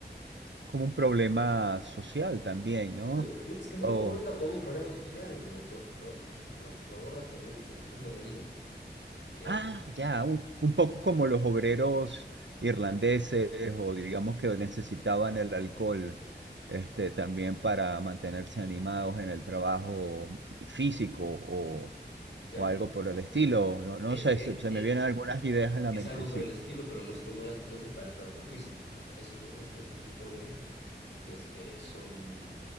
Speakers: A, on the right; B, on the left.
A: Como un problema social también, ¿no?
B: No, no, es que no
A: O
B: lo aborda como un problema social, lo, lo, lo, lo, lo aborda como un- una forma de vida, ¿ya?
A: Ah, ya, un, un poco como los obreros irlandeses o digamos que necesitaban el alcohol, este, también para mantenerse animados en el trabajo físico o,
B: Claro.
A: o algo por el estilo. No, no
B: Es,
A: sé,
B: e-
A: se, se
B: e-
A: me vienen algunas ideas en la
B: es,
A: mente,
B: algo
A: sí.
B: por el estilo, pero no, esto no, era- no separa trabajo físico. Eso, se- este se supone que es, eh, son